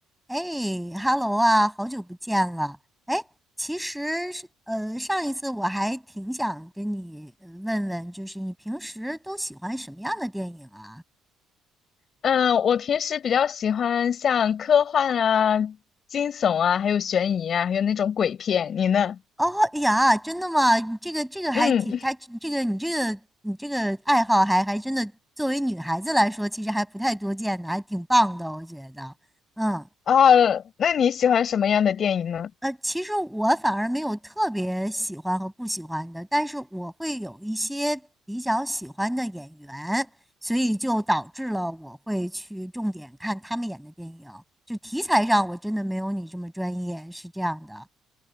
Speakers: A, in the centre; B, on the left.
A: 哎，Hello 啊，好久不见了。哎，其实是呃，上一次我还挺想跟你呃问问，就是你平时都喜欢什么样的电影啊？
B: 嗯，我平时比较喜欢像科幻啊、惊悚啊，还有悬疑啊，还有那种鬼片。你呢？
A: 哦，哎呀，真的吗？你这个这个还挺，
B: 嗯，
A: 还这个你这个你这个爱好还还真的，作为女孩子来说，其实还不太多见的，还挺棒的，我觉得。嗯
B: 啊，那你喜欢什么样的电影呢？
A: 呃，其实我反而没有特别喜欢和不喜欢的，但是我会有一些比较喜欢的演员，所以就导致了我会去重点看他们演的电影。就题材上，我真的没有你这么专业，是这样的。